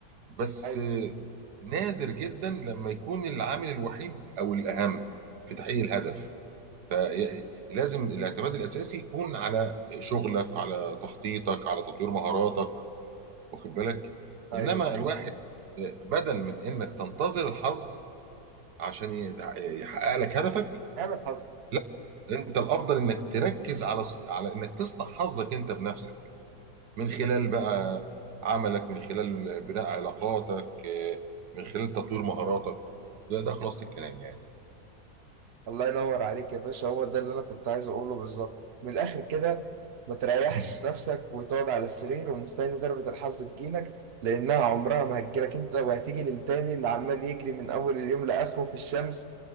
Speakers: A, on the right (about 80°); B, on the right (about 45°).
A: بس
B: ايوه
A: آه، نادر جدا لما يكون العامل الوحيد او الاهم في تحقيق الهدف فلازم الاعتماد الاساسي يكون على شغلك على تخطيطك على تطوير مهاراتك واخد بالك
B: ايوه
A: انما الواحد بدل من انك تنتظر الحظ عشان يتع- يحقق لك هدفك
B: اعمل حظ
A: لا انت الافضل انك تركز على ص- على انك تصنع حظك انت بنفسك من
B: بالظبط
A: خلال بقى عملك من خلال بناء علاقاتك آه، من خلال تطوير مهاراتك ده ده خلاصة الكلام يعني
B: الله ينور عليك يا باشا هو ده اللي انا كنت عايز اقوله بالظبط من الاخر كده ما تريحش
A: <laughs>
B: نفسك وتقعد على السرير ومستني ضربة الحظ تجيلك لانها عمرها ما هتجيلك انت وهتيجي للتاني اللي عمال يجري من اول اليوم لاخره في الشمس